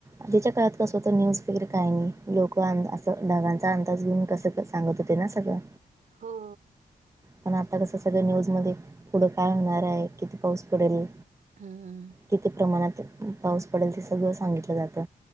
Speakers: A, on the right; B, on the right.
A: आधीच्या काळात कसं होतं न्यूज वगैरे काय नाही, लोकं
B: हा
A: आण असं ढगां अंदाज घेऊन, कसं सांगत होते ना सगळं.
B: हो.
A: पण आता कसं, सगळं न्यूज मध्ये पुढं काय होणार आहे किती पाऊस पडल?
B: हम्म
A: किती प्रमाणात पाऊस पडल ते सगळं सांगितलं जात.